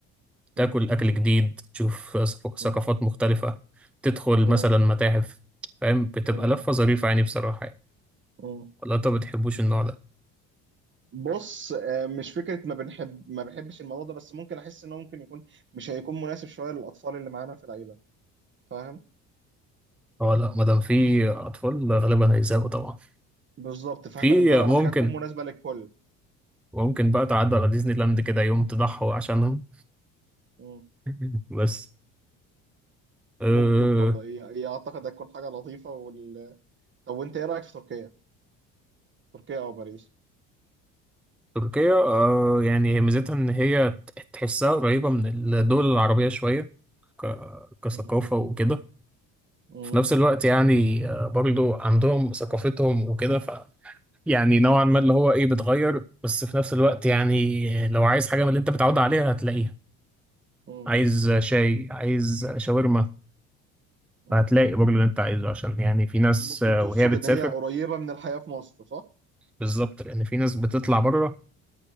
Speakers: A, on the right; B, in the centre.
A: مم،
B: تاكل اكل جديد تشوف ثق- ثقافات
A: مم.
B: مختلفة تدخل
A: مم.
B: مثلا متاحف فاهم بتبقى
A: مم.
B: لفة ظريفة يعني بصراحة يعني
A: مم.
B: ولا انت بتحبوش النوع ده
A: بص آه، مش فكرة ما بنحب ما بنحبش الموضوع ده بس ممكن أحس إنه ممكن يكون مش هيكون مناسب شوية للأطفال اللي معانا في العيلة فاهم
B: هو لا مادام في اطفال غالبا هيزهقوا طبعا
A: بالظبط فإحنا
B: في
A: بندور على
B: ممكن
A: حاجة تكون مناسبة للكل
B: ممكن بقى تعدي على ديزني لاند كده يوم تضحوا عشانهم
A: مم.
B: <laughs> بس آه،
A: ممكن برضه هي هي أعتقد هتكون حاجة لطيفة وال... <laughs> طب وأنت إيه رأيك في تركيا؟ تركيا أو باريس؟
B: تركيا آه يعني هي ميزتها ان هي ت- تحسها قريبة من الدول العربية شوية ك- كثقافة
A: مم.
B: وكده
A: مم.
B: في نفس الوقت يعني آه برضو عندهم ثقافتهم وكده ف يعني نوعا ما اللي هو ايه بتغير بس في نفس الوقت يعني لو عايز حاجة من اللي انت متعود عليها هتلاقيها
A: مم.
B: عايز شاي عايز شاورما
A: مم.
B: فهتلاقي برضو اللي انت عايزه عشان يعني في ناس
A: ممكن
B: آه،
A: تقصد
B: وهي بتسافر
A: إن هي قريبة من الحياة في مصر صح؟
B: بالظبط لان في ناس بتطلع بره